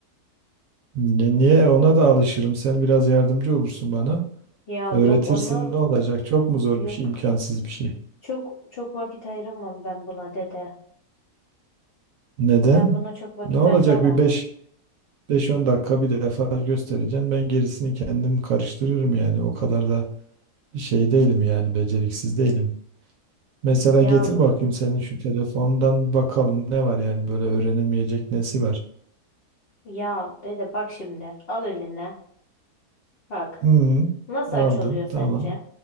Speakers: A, on the right; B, on the left.
A: Ni- Niye ona da alışırım sen biraz yardımcı olursun bana
B: Ya
A: öğretirsin
B: yok onu
A: ne olacak çok mu zor
B: yok.
A: bir şey imkansız bir şey.
B: Çok çok vakit ayıramam ben buna dede.
A: Neden?
B: Ben buna çok vakit
A: Ne olacak
B: ayıramam.
A: bir beş beş on dakika bir defa göstereceğim. Ben gerisini kendim karıştırırım yani. O kadar da şey değilim yani beceriksiz değilim. Mesela
B: Ya
A: getir
B: bu-
A: bakayım senin şu telefondan bir bakalım ne var yani böyle öğrenilmeyecek nesi var.
B: ya dede bak şimdi. Al eline. Bak.
A: Hmm,
B: Nasıl
A: aldım
B: açılıyor sence?
A: tamam.